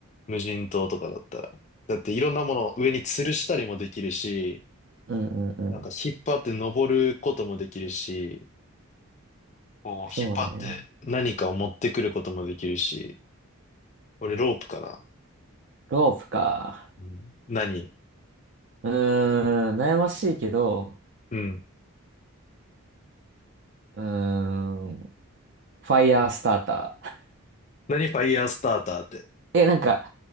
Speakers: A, on the left; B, on the right.
A: 無人島とかだったら。だって、いろんなものを上に吊るしたりもできるし、
B: うん。うんうんうん。
A: なんか引っ張って登ることもできるし、こう、
B: そうね。
A: 引っ張って何かを持ってくることもできるし、これロープかな。
B: ロープか。
A: うん何
B: うーん。悩ましいけど、
A: うん。
B: うーん。ファイヤースターター。
A: 何ファイヤースターターって。
B: <laughs> え、なんか、